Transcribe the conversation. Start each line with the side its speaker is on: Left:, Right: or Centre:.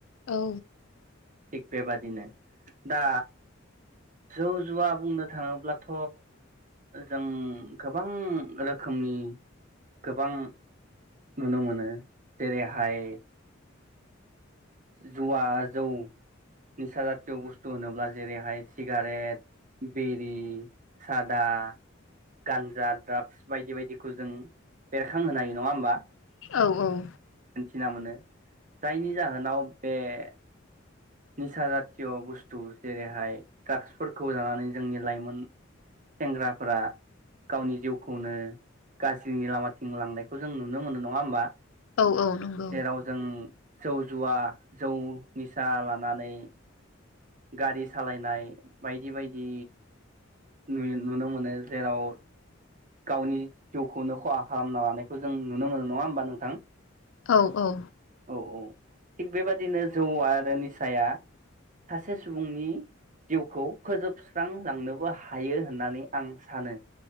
Left: औ
Right: थिग बेबादिनो दा जौ जुवा बुंनो थाङो ब्लाथ' जों गोबां रोखोमनि गोबां नुनो मोनो जेरैहाय जुवा जौ निसा जातिय' बुस्थु होनोब्ला जेरैहाय सिगारेट बिरि सादा गानजा द्राक्स बायदि बायदिखौ जों बेरखां होनो हायो नङा होमबा
Left: औ
Right: सिना मोनो जायनि जाहोनाव बेे निसा जाथिय' बस्थु जेरैहाय ड्रागसफोरखौ जानानै जोंनि लाइमोन सेंग्राफोरा गावनि जिउखौनो गाज्रिनि लामाथिं लांनाय खौ जों नुनो मोनो नङा होमबा
Left: औ औ नंगौ
Right: जेराव जों जौ जुवा जौ निसा ला नानै गारि सालायनाय बायदि बायदि नु-नुनो मोनो जेराव गावनि जिउखौनो खहा खालामना लानायखौ जों नुनो मोनो नङा होमबा नोंथां
Left: औ औ
Right: औ औ थिग बेबादिनो जौ आरो निसाया सासे सुबुंनि जिउखौ फोजोबस्रांलांनोबो हायो होननानै आं सानो